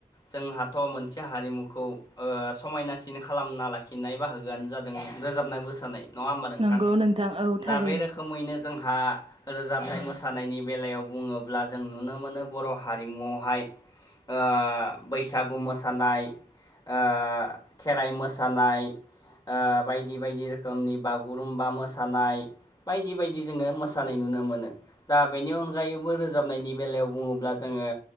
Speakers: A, on the left; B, on the right.
A: जोंहाथ' मोनसे हारिमुखौ समायनासिन खालामना लाखिनाय बाहागोआनो जादों रोजाबनाय मोसानाय नङा होमबा नोंथां
B: नंगौ नोंथां औ
A: दा
B: थारैनो
A: बे रोखोमैनो जोंहा रोजाबनाय मोसानायनि बेलायाव बुङोब्ला जों नुनो मोनो बर' हारिमुआवहाय ओ बैसागु मोसानाय ओ खेराइ मोसानाय ओ बायदि बायदि रोखोमनि बागुरुम्बा मोसानाय बायदि बायदि जोङो मोसानाय नुनो मोनो दा बेनि अनगायैबो रोजाबनायनि बेलायाव बुङोब्ला जोङो